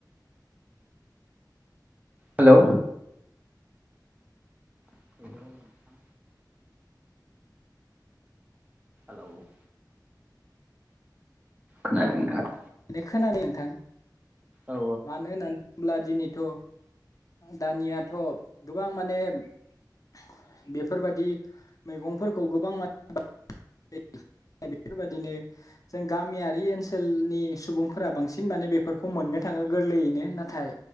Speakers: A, on the right; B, on the left.
A: हेलौ हेलौ नोंथां औ। खोनादों नोंथाङा?
B: ने खोनादों नोंथां?
A: औ
B: मानो होननानै बुङोब्ला दिनै थ' दानिया थ' गोबां माने <inaudible> बेफोरबादि मैगंफोरखौ गोबां <unintelligible> <unintelligible> बेफोरबायदिनो जों गामियारि ओनसोलनि सुबुंफोरा बांसिन माने बेफोरखौ मोननो थाङो गोरलैयैनो। नाथाय